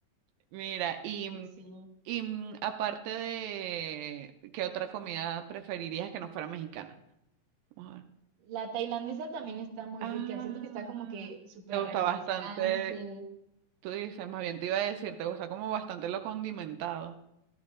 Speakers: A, on the right (about 85°); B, on the right (about 60°).
A: Mira, y,
B: Pero
A: mm,
B: sí.
A: y mm, aparte de, ¿qué otra comida preferirías que no fuera mexicana? Vamos a ver.
B: La tailandesa también está muy
A: Ah,
B: rica. Siento que está como que súper
A: te gusta
B: refrescante.
A: bastante, tú dices, más bien te iba a decir, te gusta como bastante lo condimentado.